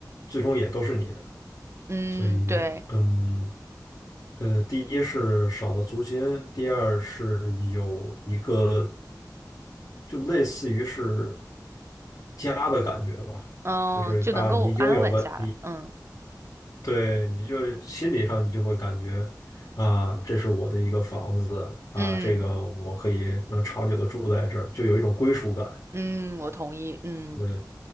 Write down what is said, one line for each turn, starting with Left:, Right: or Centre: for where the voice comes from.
Left: 最终也都是你的，
Right: 嗯，
Left: 所以嗯。
Right: 对，
Left: 呃，第一是少了租金，第二是有一个就类似于是家的感觉吧，
Right: 嗯，
Left: 就是啊，
Right: 就能够安稳下来。
Left: 你拥有了你，
Right: 嗯
Left: 对，你就心理上你就会感觉啊，这是我的一个房子啊，
Right: 嗯
Left: 这个我可以能长久的住在这儿，就有一种归属感，
Right: 嗯，我同意。嗯
Left: 对